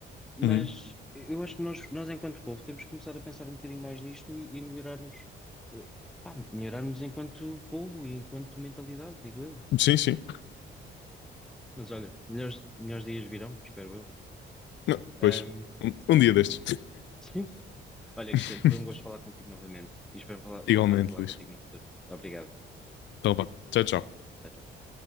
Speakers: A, in the centre; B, on the left.
A: Mas
B: uhum.
A: eu acho que nós, nós enquanto povo, temos que começar a pensar um bocadinho mais nisto e, e melhorarmos, eh, pá, melhorarmos enquanto povo e enquanto mentalidade, digo eu.
B: Sim, sim.
A: Mas olha, melhores, melhores dias virão, espero eu.
B: Não, pois,
A: Ahm,
B: um, um dia destes.
A: sim. Olha,
B: <laughs>
A: Cristiano, foi um gosto falar contigo novamente e espero falar- voltar
B: Igualmente,
A: a falar
B: Luís.
A: contigo no futuro. Obrigado.
B: Então vá, tchau, tchau.
A: Tchau, tchau.